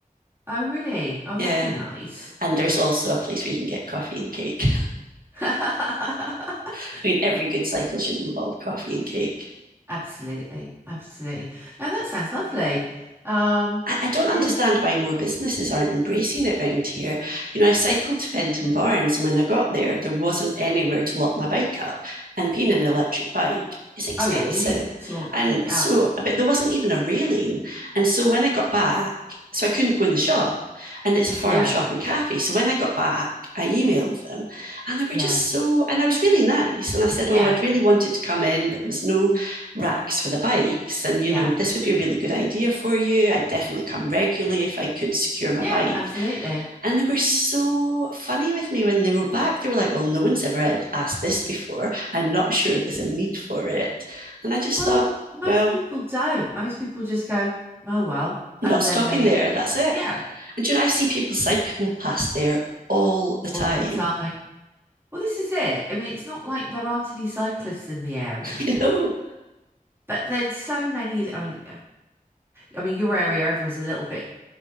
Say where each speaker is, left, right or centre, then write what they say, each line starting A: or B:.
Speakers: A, on the right; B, on the right.
A: Oh, really? Oh,
B: yeah
A: that'd be nice.
B: and there's also a place where you can get coffee and cake
A: <laughs>
B: I mean, every good cycle should involve coffee and cake.
A: Absolutely, absolutely. Now that sounds lovely. Um,
B: I, I don't
A: yeah.
B: understand why more businesses aren't embracing it round here. You know, I cycled to Fenton Barnes, and when I got there, there wasn't anywhere to lock my bike up. And being an electric bike, it's expensive.
A: Oh, yeah. You need to
B: And
A: look it
B: so,
A: up.
B: but there wasn't even a railing. And so when I got back, so I couldn't go in the shop. And it's a farm
A: Yeah,
B: shop and cafe. So when I got back, I emailed them and they were
A: yeah,
B: just so, and I was really nice. And I said,
A: yeah,
B: Oh, I'd really wanted to come in, but there was no racks for the bikes. And, you
A: yeah,
B: know, this would be a really good idea for you. I'd definitely come regularly if I could secure my
A: yeah.
B: bike.
A: Absolutely.
B: And they were so funny with me when they wrote back. They were like, well, no one's ever asked this before. I'm not sure there's a need for it. And I just
A: Well,
B: thought,
A: most
B: well,
A: people don't. Most people just go, oh well,
B: I'm
A: and
B: not stopping
A: then they,
B: there. That's it.
A: yeah,
B: And, you know, I see people cycle past there all the time,
A: all the time. Well, this is it. I mean, it's not like there aren't any cyclists in the area.
B: <laughs> you know?
A: But then so many of the- I mean I mean your area everyone's a little bit